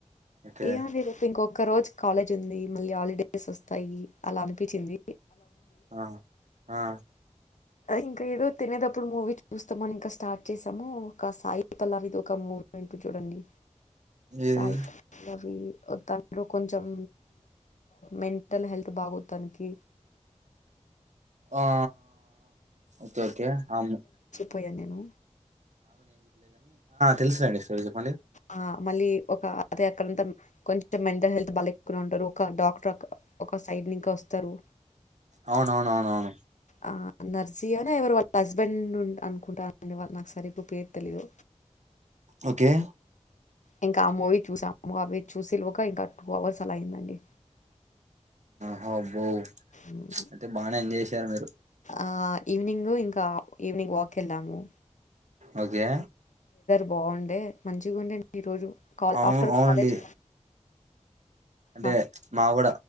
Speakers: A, on the right; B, on the left.
A: ఓకే
B: ఏం ఉంది. రేప్ ఇంకోక్ ఒక రోజు కాలేజ్ ఉంది మళ్ళీ హాలిడేస్ వస్తాయి. అలా అనిపి పించింది.
A: ఆ ఆ
B: ఇంకా ఏదో తినేటప్పుడు మూవీ చూస్తామని ఇంకా స్టార్ట్ చేసాము. కా సాయి పల్లవిది ఒక మూవీ ఉంటది చూడండి. సాయి
A: ఏది
B: పల్లవి తన్లో కొంచం మెంటల్ హెల్త్ బాగోదు. తనాకి
A: ఆ ఓకే ఓకే ఆమే ను
B: పోయా నేను
A: తెలుసు లేండి స్టోరీ చెప్పండి.
B: ఆ, మళ్ళీ ఒక అదే అక్కడంత కొంచెం మెంటల్ హెల్త్ బాలేకుండా ఉంటారు. ఒక డాక్టర్ ఒక సైడ్ నీకా వస్తారు.
A: అవునవునవునవును
B: ఆ నర్జీయానా ఎవరో వాళ్ళ హస్బెండ్ ఉం అనుకుంటారండి వాళ్ళు నాకు సరిగ్గా పేరు తెలిదు
A: ఓకే
B: ఇంకా ఆ మూవీ చూసాము అవి చూసేలోగా ఇంకా టూ అవర్స్ అలా అయిందండి
A: హ బో
B: ఉమ్,
A: అయితే బానే ఎంజాయ్ చేసారు మీరు
B: ఆ ఈవినింగూ ఇంకా ఈవినింగ్ వాక్ కెళ్ళము
A: ఓకే
B: బాగుండే మంచిగుండేన్‌ ఈ రోజు కాల్
A: అవును
B: ఆఫ్టర్
A: అవునండి
B: కాలేజ్
A: అంటే
B: ఆ!
A: మాగూడ